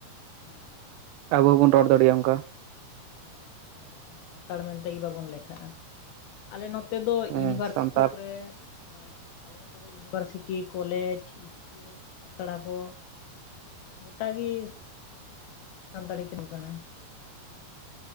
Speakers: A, on the left; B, on the right.
A: ᱦᱩᱸ
B: ᱟᱵᱚ ᱦᱚᱸᱵᱚᱱ ᱨᱚᱲ ᱫᱟᱲᱮᱭᱟᱜᱼᱟ ᱚᱱᱠᱟ
A: ᱦᱮᱸ ᱟᱨ ᱵᱟᱝᱠᱷᱟᱱ ᱥᱟᱱᱛᱟᱲ ᱢᱮᱱᱛᱮ ᱜᱮ ᱵᱟᱵᱚᱱ ᱞᱮᱠᱷᱟᱜᱼᱟ ᱟᱞᱮ ᱱᱚᱛᱮ ᱫᱚ
B: ᱦᱮᱸ
A: ᱤᱭᱩᱱᱤᱵᱷᱟᱨᱥᱤᱴᱤ
B: ᱥᱟᱱᱛᱟᱲ
A: ᱠᱚᱨᱮ ᱦᱮᱸ ᱟᱞᱮ ᱱᱚᱛᱮ ᱫᱚ ᱤᱭᱩᱱᱤᱵᱷᱟᱨᱥᱤᱴᱤ ᱠᱚᱞᱮᱡᱽ ᱤᱥᱠᱩᱞ ᱟᱥᱲᱟ ᱠᱳ ᱜᱚᱴᱟ ᱜᱮ ᱥᱟᱱᱛᱟᱲᱤ ᱛᱤᱸᱜᱩ ᱠᱟᱱᱟ